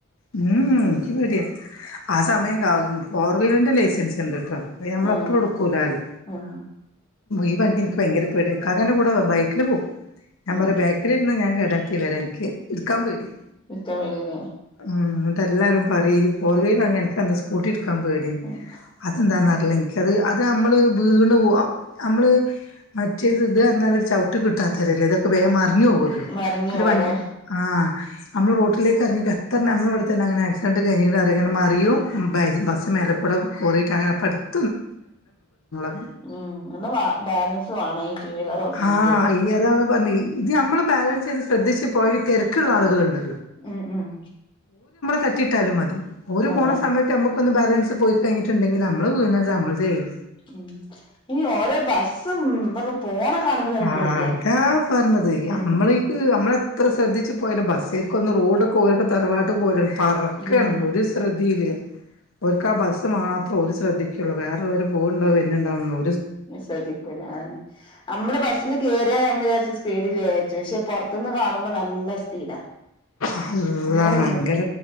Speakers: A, on the left; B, on the left.
A: മം മം എനിക്ക് പേടിയാ ആ സമയം കാ ഫോർ വീലറിൻ്റെ ലൈസൻസ് ഉണ്ട് ട്ടോ. അ നമ്മളപ്പുളുടുക്കൂലാലോ.
B: ആഹ് ആഹ്
A: ഈ വണ്ടി എനിക്ക് ഭയങ്കര പേട്യാണ് ഇക്കക്കാൻ്റെ കൂടെ ബൈക്കിൽ പോവും ഞാൻ
B: ഉം
A: പറ ബാക്കിലിരുന്നാ ഞാൻ കേട വരെ എനിക്ക് ഇടുക്കാൻ പേടിയാ.
B: എനിക്ക് ആപേടി തന്നെ.
A: ന്നിട്ടെ എല്ലാവരും പറയും ഈ ഫോർ വീലൻക്കഅന്താ സ്കൂട്ടി എട് ക പേടീ
B: ഉം
A: അതെഞാന്നറിലൻക് അത് അത് നമ്മൾ വീണ് പോ നമ്മൾ മറ്റേത് ഇത് എന്നാൽ ഒര് ചവിട്ട് കിട്ടാത്തല്ലെ? ഇതൊക്കെ വേഗം മറിഞ്ഞു പോകല്ലോ
B: മറിഞ്ഞു
A: ഇപ്പൊരു
B: പോവും
A: വണ്ടി
B: അതാണ്
A: ആ നമ്മള് റോട്ടിലേക്ക് ഇറങ്ങി ത്തർണാ നമ്മളെ ഇവിടെത്തന്നെ അങ്ങനെ ആക്സിഡന്റ് കഴിഞ കണ് അറിയോ അങ്ങനെ മറിയും ബസ് മേല കൂടെ പോയിട്ട് അങ്ങനെപ്പടുത്ത് <unintelligible>
B: ഉം നല്ല ബാ ബാലൻസ് വേണം ഈ ടു വീലർ ഓട്ടണെങ്കി
A: ആ ഈ അതാണ് പറഞ്ഞത് ഇത് നമ്മള് ബാലൻസ് ചെയ്ത് ശ്രദ്ധിച്ച് പോയ തിരക്കുള്ള ആളുകളുണ്ട്.
B: ഉം ഉം.
A: തട്ടിയിട്ടാലും മതി ഓര്
B: അതാ
A: പോണ സമയത്ത് നമുക്കൊന്ന് ബാലൻസ് പോയി കഴിഞ്ഞിട്ടുണ്ടെങ്കിൽ നമ്മള് വീണ് നമ്മള് തെയ്യും
B: ഉം ഈ ഓരോ ബസും ഇതൊക്കെ പോണ കാണുമ്പോ തന്നെ
A: ആ
B: പേടിയാ
A: അതാ പറഞ്ഞത് നമ്മളക്ക്
B: ഉം
A: നമ്മളെ അത്ര ശ്രദ്ധിച്ച് പോലും ബസ്സരിക്കും ഒന്ന് റോഡൊക്ക ഒരുടെ തറവാട്ട്പോലെ ആണ്. പറക്കയാണ്
B: ഉം
A: ഒരു ശ്രദ്ധയില്ല. ഓർക്കേ ആ ബസ്സ് മാത്രം ഒരു ശ്രദ്ധിക്കുള്ളൂ വേറള്ളവര് പോവുണ്ടാവും വരുന്നുണ്ടോ എന്ന്
B: ശ്രദ്ധിക്കൂല അതന്നെ നമ്മള് ബസ്സിൽ കയറിയ സ്പീഡിൽച്ചു പക്ഷെ പുറത്തു നിന്ന് കാണുമ്പോ നല്ല സ്പീഡാ
A: അല്ല
B: അങ്ങനെ ഒരിതുണ്ട്
A: ഭയങ്കര